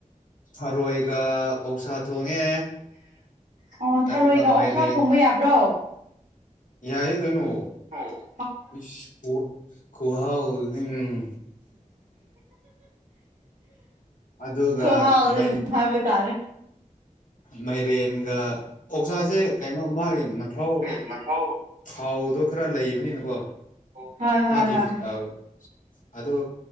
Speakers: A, on the left; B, on the right.
A: ꯊꯔꯣꯏꯒ ꯑꯣꯛꯁꯥ ꯊꯣꯡꯉꯦ
B: ꯑꯣ ꯊꯥꯔꯣꯏꯒ
A: ꯑꯗꯨꯒ
B: ꯑꯣꯛꯁꯥ
A: ꯃꯥꯏꯔꯦꯟ
B: ꯊꯣꯡꯕ ꯌꯥꯕ꯭ꯔꯣ
A: ꯌꯥꯌꯦꯀꯦꯅꯣ
B: ꯑꯣ
A: ꯏꯁ ꯀꯣꯠ ꯈꯨꯍꯥꯑꯣꯗꯤ ꯎꯝ ꯑꯗꯨꯒ
B: ꯈꯨꯍꯥꯑꯣꯗꯤ
A: ꯃꯩ
B: ꯎꯝ ꯍꯥꯏꯗꯣ ꯇꯥꯔꯦ
A: ꯃꯥꯏꯔꯦꯟꯒ ꯑꯣꯛꯁꯥꯁꯦ ꯀꯩꯅꯣ ꯃꯥꯒꯤ ꯃꯊꯧ
B: ꯃꯊꯧ
A: ꯊꯥꯎꯗꯣ ꯈꯔ ꯂꯩꯕꯅꯤꯅꯀꯣ
B: ꯑꯣ ꯍꯣꯏ ꯍꯣꯏ
A: ꯃꯥꯒꯤ
B: ꯍꯣꯏ
A: ꯑ ꯑꯗꯨ